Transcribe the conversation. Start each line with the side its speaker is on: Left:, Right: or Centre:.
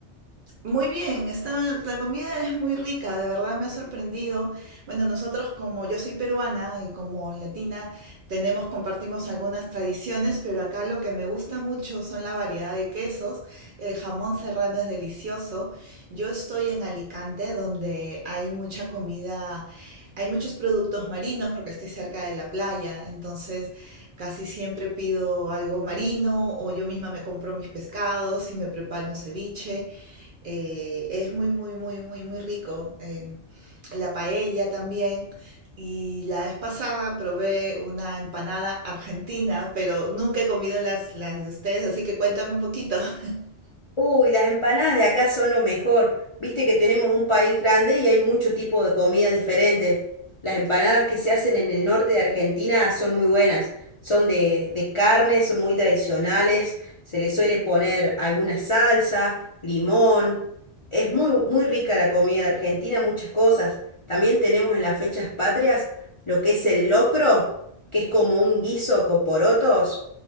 Right: Muy bien, está, la comida es muy rica, de verdad me ha sorprendido. Bueno, nosotros como yo soy peruana y como latina tenemos, compartimos algunas tradiciones, pero acá lo que me gusta mucho son la variedad de quesos. El jamón serrano es delicioso. Yo estoy en Alicante, donde hay mucha comida, hay muchos productos marinos porque estoy cerca de la playa, entonces casi siempre pido algo marino o yo misma me compro mis pescados y me preparo un ceviche. Eh, es muy, muy, muy, muy, muy rico. En la paella también. Y la vez pasada probé una empanada argentina, pero nunca he comido las, las de ustedes, así que cuéntame un poquito. <laughs>
Left: Uy, las empanadas de acá son lo mejor. Viste que tenemos un país grande y hay mucho tipo de comidas diferentes. Las empanadas que se hacen en el norte de Argentina son muy buenas. Son de, de carne, son muy tradicionales. Se le suele poner alguna salsa, limón. Es muy, muy rica la comida de Argentina, muchas cosas. También tenemos en las fechas patrias lo que es el locro, que es como un guiso con porotos.